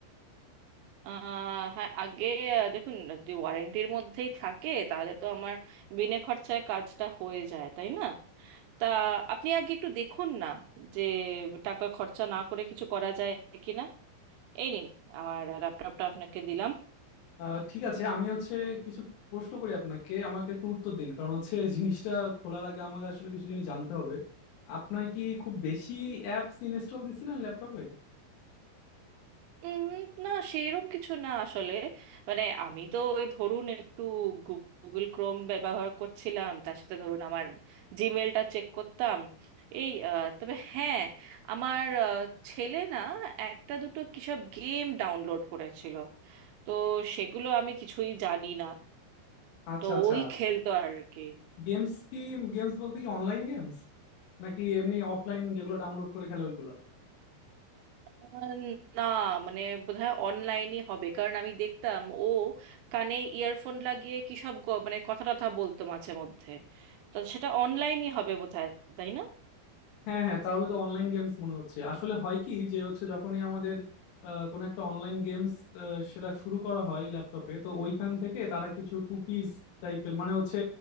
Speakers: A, on the right; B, on the left.
A: আহ হ্যাঁ আগে আহ, দেখুন যদি ওয়ারেন্টির মধ্যেই থাকে তাহলে তো আমার বিনে খরচায় কাজটা হয়ে যায় তাই না তা আপনি আগে একটু দেখুন না যে টাকা খরচা না করে কিছু করা যায় কিনা এই নিন আমার ল্যাপটপটা আপনাকে দিলাম
B: আহ, ঠিক আছে আমি হচ্ছে কিছু প্রশ্ন করি আপনাকে আমাকে একটু উত্তর দিন কারণ হচ্ছে জিনিসটা খোলার আগে আমাকে আসলে কিছু জিনিস জানতে হবে আপনার কি খুব বেশি অ্যাপস ইনস্টল দিছিলেন ল্যাপটপে
A: উম, না সেরকম কিছু না আসলে মানে আমি তো ওই ধরুন একটু গুগল ক্রোম ব্যবহার করছিলাম তার সাথে ধরুন আমার জিমেলটা চেক করতাম এই আহ, তবে হ্যাঁ আমার আহ, ছেলে না একটা দুটো কিসব গেম ডাউনলোড করেছিল তো সেগুলো আমি কিছুই জানি না
B: আচ্ছা
A: তো
B: আচ্ছা
A: ওই খেলতো আর কি
B: গেমস কি গেমস বলতে কি অনলাইন গেমস নাকি এমনি অফলাইন যেগুলো ডাউনলোড করে খেলে ওইগুলা
A: আহ, না মানে বোধহয় অনলাইনই হবে কারণ আমি দেখতাম ও কানে ইয়ারফোন লাগিয়ে কি সব গ- মানে কথা টথা বলতো মাঝে মধ্যে তো সেটা অনলাইনই হবে বোধহয় তাই না
B: হ্যাঁ হ্যাঁ তাহলে তো অনলাইন গেমস মনে হচ্ছে আসলে হয় কি যে হচ্ছে যখনই আমাদের আহ, কোনো একটা অনলাইন গেমস সেটা শুরু করা হয় ল্যাপটপে তো ওইখান থেকে তারা কিছু কুকিজ টাইপের মানে হচ্ছে